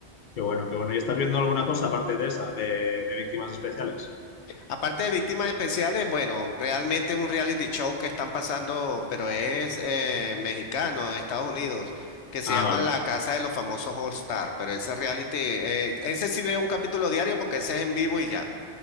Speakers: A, on the left (about 55°); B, on the left (about 85°).
A: Qué bueno, qué bueno. ¿Y estás viendo alguna cosa aparte de esa, de, de víctimas especiales?
B: Aparte de víctimas especiales, bueno, realmente un reality show que están pasando, pero es eh, mexicano, de Estados Unidos, que se
A: Ah,
B: llama
A: vale.
B: La Casa de los Famosos All Star. Pero ese reality, eh, ese sí veo un capítulo diario porque ese es en vivo y ya.